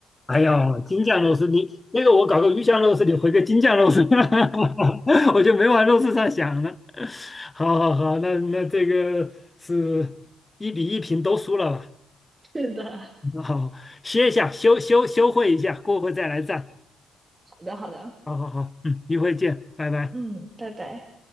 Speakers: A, on the left (about 15°); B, on the right (about 25°).
A: 哎呦，京酱肉丝，你那个我搞个鱼香肉丝，你回个京酱肉丝，<laughs> 我就没往肉丝上想了。好好好，那那这个是一比一平都输了吧？
B: 是的，
A: 好，歇一下，休休休会一下，过会再来赞。
B: <laughs> 好的，好的，
A: 好好好，嗯，一会见，拜拜。
B: 嗯，拜拜。